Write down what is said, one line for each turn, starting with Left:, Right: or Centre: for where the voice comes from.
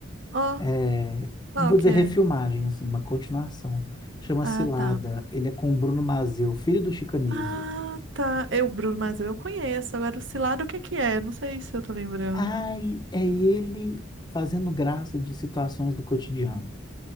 Right: ó,
Left: É,
Right: qual
Left: não vou
Right: que
Left: dizer
Right: é?
Left: refilmagem, assim, uma continuação. Chama
Right: Ah,
Left: Cilada.
Right: tá.
Left: Ele é com o Bruno Mazeu, filho do Chico Anísio.
Right: Ah, tá. Eu, Bruno Mars, eu conheço. Agora, o Cilado, o que que é? Não sei se eu tô lembrando.
Left: Ai, é ele fazendo graça de situações do cotidiano,